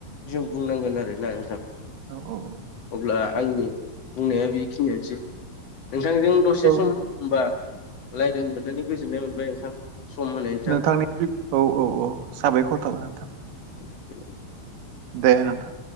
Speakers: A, on the left (about 50°); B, on the right (about 65°).
A: जों बुंनांगोन आरोना नोंथां
B: औ औ औ
A: अब्ला आंनि बुंनाया बेखिनियानोसै। नोंथांजों दसे
B: औ
A: सम होमबा रायलाय मोननानै गोजोननाय मोनबाय नोंथां सम होनायनि
B: नोंथांनि औ औ औ साबायखर थाबाय नोंथां
A: <inaudible>
B: दे नोथां